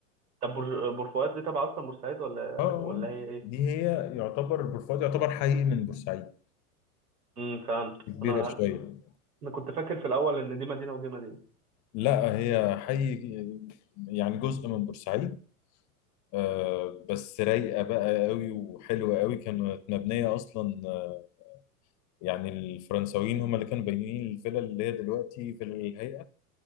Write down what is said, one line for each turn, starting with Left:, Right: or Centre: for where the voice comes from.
Right: طب بور... بور فؤاد دي تبع اصلا بورسعيد ولا
Left: اه آه.
Right: ولا هي إيه؟
Left: دي هي يعتبر بورفؤاد يعتبر حي من بورسعيد
Right: امم فهمت
Left: كبيره
Right: انا
Left: شويه
Right: انا كنت فاكر في الاول ان دي مدينه ودي مدينه
Left: لا هي حي يعني جزء من بورسعيد آه بس رايقه بقى قوي وحلوه قوي كانت مبنيه اصلا آه، يعني الفرنساويين هم اللي كانوا بانيين الفيلا اللي هي دلوقتي فيلا الهيئه